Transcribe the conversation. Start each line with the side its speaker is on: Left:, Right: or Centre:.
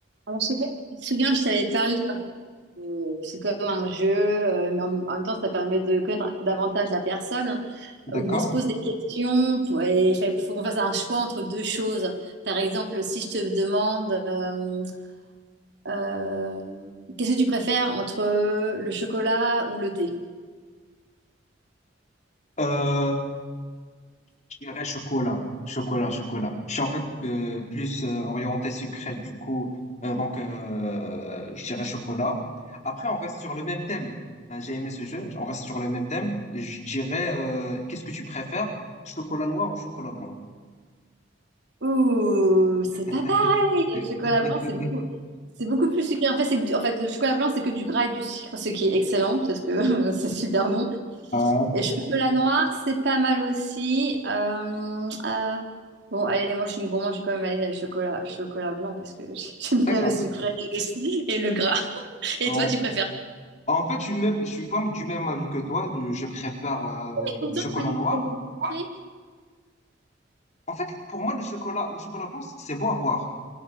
Right: Alors, je sais pas, si tu te souviens, je t'avais parlé, euh, c'est comme un jeu, euh, mais en, en même temps, ça permet de connaître davantage la personne, hein,
Left: D'accord.
Right: où on se pose des questions, pour- et il fait- faut qu'on fasse un choix entre deux choses. Par exemple, si je te demande, euh, euh, qu'est-ce que tu préfères entre le chocolat ou le thé?
Left: Euh, je dirais chocolat, chocolat, chocolat. Je suis en fait euh, plus euh, orienté sucré, du coup, euh, donc euh, je dirais chocolat. Après, on reste sur le même thème. Euh, J'ai aimé ce jeu, on reste sur le même thème. Je dirais, euh, qu'est-ce que tu préfères, chocolat noir ou chocolat blanc?
Right: Ouh, c'est
Left: <laughs>
Right: pas pareil! Le chocolat blanc, c'est beaucoup, c'est beaucoup plus sucré. En fait, c'est que du- en fait, le chocolat blanc, c'est que du gras et du sucre, ce qui est excellent, parce que <laughs> c'est super bon.
Left: Ouais,
Right: Et chocolat noir, c'est pas mal aussi. Euh, euh, bon, allez, moi je suis une gourmande, je vais quand même aller à chocolat, chocolat blanc parce que j- <laughs> j'aime bien
Left: D'accord.
Right: le sucré et le, et le gras. Et
Left: Ouais.
Right: toi, tu préfères?
Left: En fait, je suis, même- je suis pas du même avis que toi. Je préfère euh,
Right: Et pourtant,
Left: le chocolat
Right: tu m'as dit
Left: noir.
Right: que tu aimais le sucré.
Left: En fait, pour moi, le chocolat, le chocolat blanc, c'est beau à voir.